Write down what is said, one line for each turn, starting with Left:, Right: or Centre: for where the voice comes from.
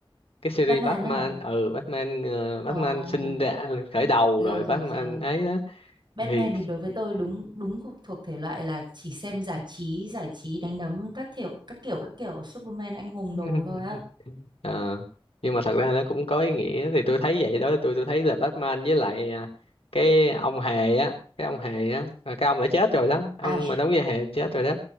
Left: cái series
Right: Batman
Left: Batman
Right: nữa hả?
Left: ừ Batman ờ, Batman
Right: Ờ,
Left: sinh ra khởi đầu
Right: rồi
Left: rồi
Right: rồi
Left: Batman
Right: rồi.
Left: ấy đó
Right: Batman
Left: thì
Right: thì đối với tôi đúng đúng thuộc thuộc thể loại là chỉ xem giải trí, giải trí đánh đấm các kiểu các kiểu các kiểu Superman anh hùng
Left: <laughs>
Right: đồ thôi á.
Left: Ờ, nhưng mà thật ra nó cũng có ý nghĩa thì tôi thấy vậy đó tôi tôi thấy là Batman với lại à, cái ông hề á cái ông hề á à, cái ông đã chết rồi đó ông
Right: À, ju-
Left: mà đóng vai hề chết rồi đó.